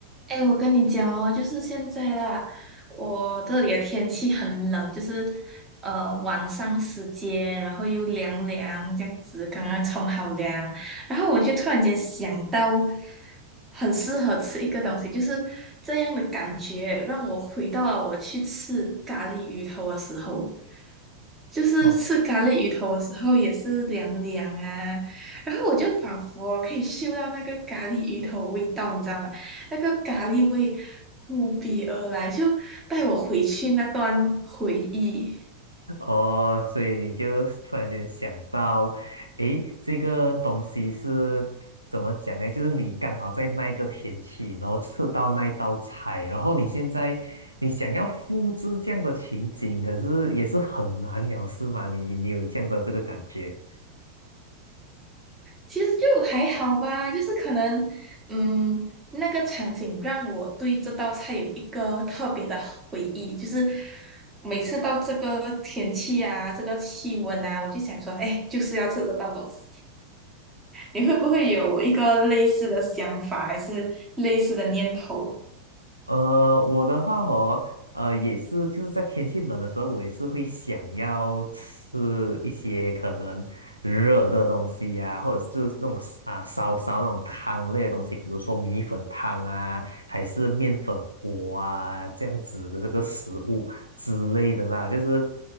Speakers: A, on the right; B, on the right.
A: 哎，我跟你讲哦，就是现在啦，我这里的天气很冷，就是呃晚上时间，然后又凉凉这样子，刚刚冲好凉，然后我就突然间想到，很适合吃一个东西，就是这样的感觉，让我回到了我去吃咖喱鱼头的时候，就是吃咖喱鱼头的时候也是凉凉啊，
B: <laughs> 哦
A: 然后我就仿佛可以嗅到那个咖喱鱼头味道，你知道吗？那个咖喱味扑鼻而来，就带我回去那段回忆。
B: 哦，所以你就突然间想到，诶，这个东西是怎么讲呢？就是你刚好在那一个天气，然后吃到那一道菜，然后你现在你想要复制这样的情景，可是也是很难了，是吗？你你你有这样的这个感觉？
A: 其实就还好吧，就是可能，嗯，那个场景让我对这道菜有一个特别的回忆，就是每次到这个天气啊，这个气温啊，我就想说，哎，就是要吃这道东西。你会不会有一个类似的想法，还是类似的念头？
B: 呃，我的话哦，呃，也是，就是在天气冷的时候，我也是会想要吃一些可能热的东西呀、或者是就是那种啊烧烧那种汤类的东西，比如说米粉汤啊，还是面粉锅啊这样子的这个食物之类的啦，就是